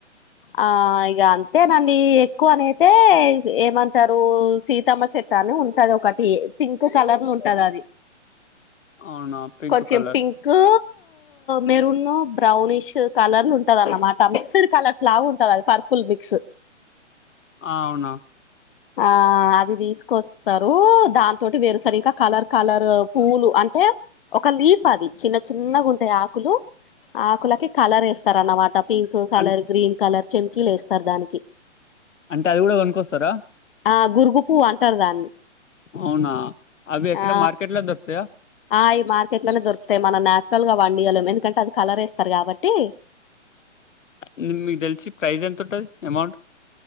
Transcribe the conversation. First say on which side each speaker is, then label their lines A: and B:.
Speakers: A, on the left; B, on the left.
A: ఆ ఇగా అంతేనండి ఎక్కువనయితే ఏమంటారు సీతమ్మ చెట్ టాని ఉంటది ఒకటి పింక్ కలర్లా ఉంటది అది
B: అవునా పింక్
A: కొంచం
B: కలర్
A: పింక్ కు మెరున్న బ్రౌనిష్ కలర్లు ఉంటదన్నమాట మిక్స్డ్ కలర్ స్ లాగుంటుంది అది పర్పుుల్ మిక్స్
B: ఆ అవునా
A: ఆ అది తీసుకొస్తారు దాన్తోటి వేరుస్తారు ఇంకా కలర్ కలర్ పూలు అంటే ఒక లీఫ్ అది చిన్న చిన్నగుంటాయి ఆకులు ఆ ఆకులకి కలరెస్తారన్నమాట పింక్ కలర్
B: అం
A: గ్రీన్ కలర్ చేమ్కీలు లు వేస్తారు దానికి
B: అంటే అది కూడా గొన్కొస్తారా
A: ఆ గురుగు పువ్వు అంటారు దాన్ని
B: అవునా అవి ఎక్కడ
A: ఆ
B: మార్కెట్ లో దొరుకుతాయా
A: ఆ ఈ మార్కెట్ లోనే దొరుకుతాయి మనం నేచురల్గా వండియలేం ఎందుకంటే అది కలర్ వేస్తారు కాబట్టి
B: ఇది మి మీకు తెలిసి ప్రైజ్ ఎంత ఉంటది ఎమౌంట్